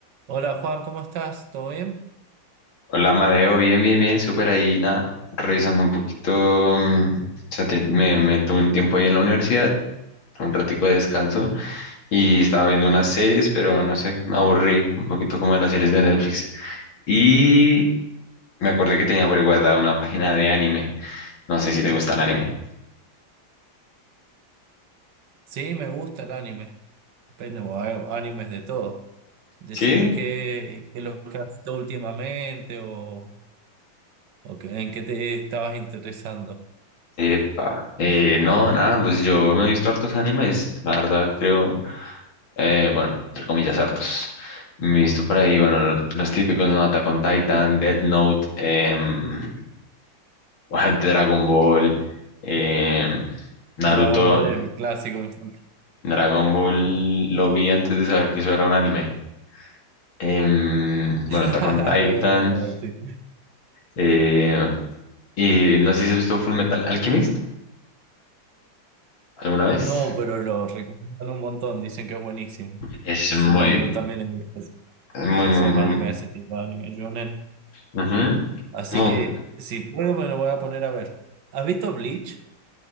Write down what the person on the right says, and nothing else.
Hola Juan, ¿cómo estás? ¿Todo bien?
Sí, me gusta el anime. Pero hay animes de todo. Decime
qué, qué es lo que has visto últimamente o, o qué- en qué te estabas interesando.
Dragon Ball, el clásico. me encanta.
<laughs>
De verdad, sí.
No, pero lo recomiendan un montón, dicen que es buenísimo.
Encima
yo también he visto
esos
animes, ese tipo de anime shonen.
Así
que si puedo me lo voy a poner a ver. ¿Has visto Bleach?